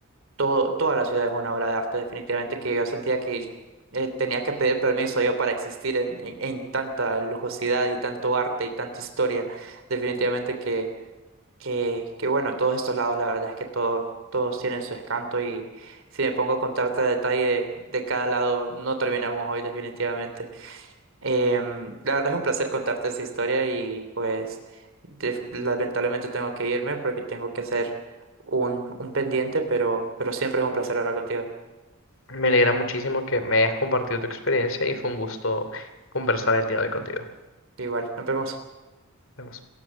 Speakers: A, on the right; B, on the left.
A: todo, toda la ciudad es una obra de arte, definitivamente, que yo sentía que eh, tenía que pedir permiso yo para existir en, en- en tanta lujosidad y tanto arte y tanta historia. Definitivamente que, que, que bueno, todos estos lados, la verdad es que todo, todos tienen su escanto y si me pongo a contarte a detalle de cada lado, no terminamos hoy, definitivamente. Em, la verdad es un placer contarte esta historia y pues de- lamentablemente tengo que irme porque tengo que hacer un, un pendiente, pero, pero siempre es un placer hablar contigo.
B: Me alegra muchísimo que me hayas compartido tu experiencia y fue un gusto conversar el día de hoy contigo. Nos
A: Igual, nos vemos.
B: vemos.